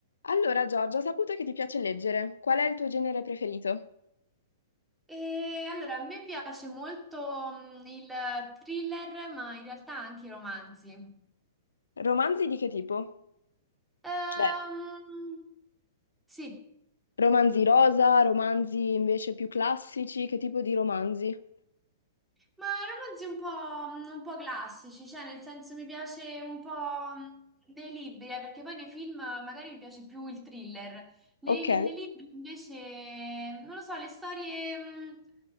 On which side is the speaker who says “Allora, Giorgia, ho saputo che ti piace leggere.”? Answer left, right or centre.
Left